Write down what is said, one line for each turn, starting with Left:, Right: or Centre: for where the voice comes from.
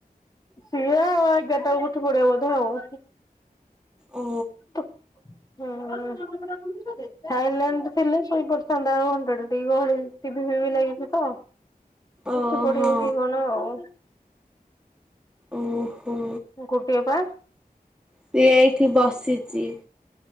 Left: ସିଏ ଆଉ ଏଗାରଟା ବଳକୁ ଉଠେ ପଡ଼େ ବୋଧେ ଆଉ।
Centre: ଓ
Left: <inaudible> ହୁଁ ସାଇଲାଣ୍ଡ ଥିଲେ ଶୋଇପରିଥାନ୍ତା ଆଉ ଘଣ୍ଡା ଟିକେ ଗହଳି ଟିଭି ଫିଭି ଲାଗିଚିତ
Centre: ଓହୋ
Left: ଉଠି ପଡ଼ିବକି କଣ ଆଉ।
Centre: ଉଁ ହୁଁ।
Left: ଗୋଟିଏପା।
Centre: ସିଏ ଏଇଠି ବସିଚି